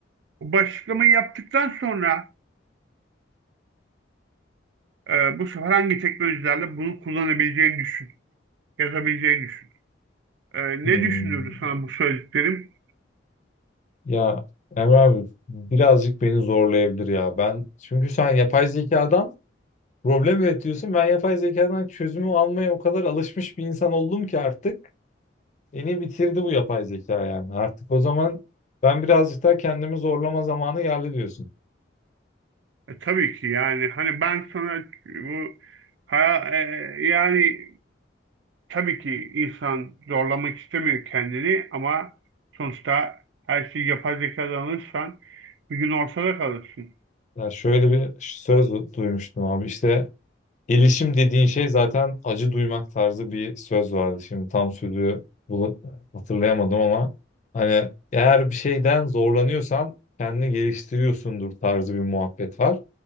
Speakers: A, on the right; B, on the left.
A: Bu başlıklamayı yaptıktan sonra e, bu sefer hangi teknolojilerle bunu kullanabileceğini düşün. Yazabileceğini düşün. E, ne
B: hı.
A: düşündürdü sana bu söylediklerim?
B: Ya Emre abi birazcık beni zorlayabilir ya. Ben çünkü sen yapay zekadan problem üretiyorsun. Ben yapay zekadan çözümü almaya o kadar alışmış bir insan oldum ki artık beni bitirdi bu yapay zeka yani. Artık o zaman ben birazcık daha kendimi zorlama zamanı geldi diyorsun.
A: E, tabii ki yani hani ben sana bu ha, e, yani tabii ki insan zorlamak istemiyor kendini ama sonuçta her şeyi yapay zekadan alırsan bir gün ortada kalırsın.
B: Ya şöyle bir söz duymuştum abi işte Gelişim dediğin şey zaten acı duymak tarzı bir söz vardı. Şimdi tam sözü bulu- hatırlayamadım ama hani eğer bir şeyden zorlanıyorsan kendini geliştiriyorsundur tarzı bir muhabbet var.